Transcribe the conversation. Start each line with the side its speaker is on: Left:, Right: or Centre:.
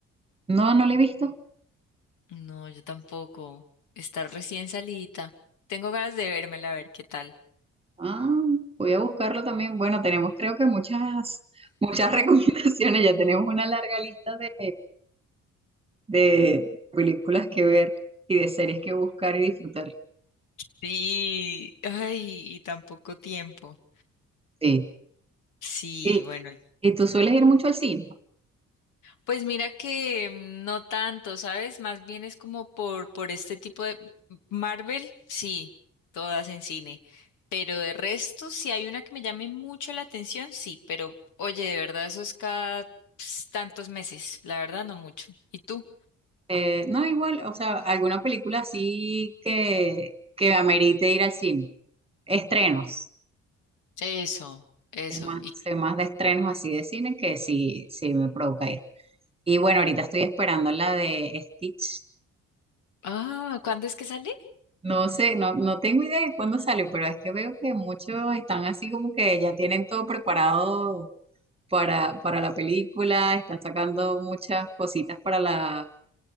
Right: No, no la he visto.
Left: No, yo tampoco. Está recién salidita. Tengo ganas de vérmela a ver qué tal.
Right: Ah, voy a buscarlo también. Bueno, tenemos creo que muchas, muchas <laughs> recomendaciones. Ya tenemos una larga lista de, de películas que ver y de series que buscar y disfrutar.
Left: Sí, ay, y tan poco tiempo.
Right: Sí.
Left: Sí,
Right: ¿Y,
Left: bueno,
Right: y tú sueles ir mucho al cine?
Left: pues mira que mm, no tanto, ¿sabes? Más bien es como por, por este tipo de Marvel, sí, todas en cine, pero de resto, si hay una que me llame mucho la atención, sí, pero oye, de verdad, eso es cada ps, tantos meses, la verdad, no mucho. ¿Y tú?
Right: Eh, no, igual, o sea, alguna película así que, que amerite ir al cine. Estrenos.
Left: Eso, eso.
Right: Es más,
Left: ¿Y
Right: soy más de estrenos así de cine que sí, sí me provoca ir. Y bueno, ahorita estoy esperando la de Stitch.
Left: ah, cuándo es que sale?
Right: No sé, no, no tengo idea de cuándo sale, pero es que veo que muchos están así como que ya tienen todo preparado para, para la película, están sacando muchas cositas para la-